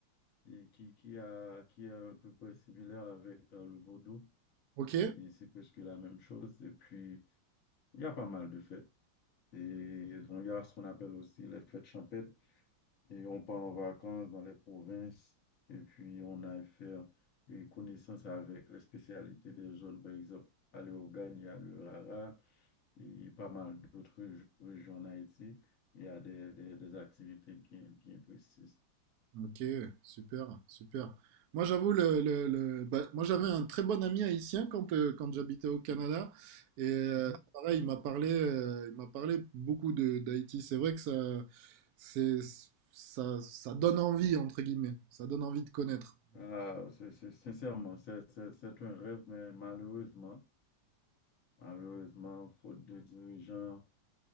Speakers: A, on the left (about 50°); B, on the right (about 70°).
A: et qui, qui, a, qui est à peu près similaire avec euh, le vaudou,
B: Ok?
A: mais c'est presque la même chose. Et puis, il y a pas mal de fêtes. Et il y a ce qu'on appelle aussi les fêtes champêtres. Et on part en vacances dans les provinces et puis on a affaire et connaissance avec les spécialités des zones, par exemple, à l'Eogane, il y a le Rara et pas mal d'autres régi- régions en Haïti. Il y a des, des, des activités bien, bien précises.
B: Ok, super, super. Moi, j'avoue, le, le- le- bah, moi, j'avais un très bon ami haïtien quand, euh, quand j'habitais au Canada. Et euh,
A: Mhm.
B: pareil, il m'a parlé, euh, il m'a parlé beaucoup de d'Haïti. C'est vrai que ça, c'est, ça, ça donne envie, entre guillemets. Ça donne envie de connaître.
A: Ah, c'est, c'est- sincèrement, c'est c'est- c'est un rêve, mais malheureusement, malheureusement, faute de dirigeants,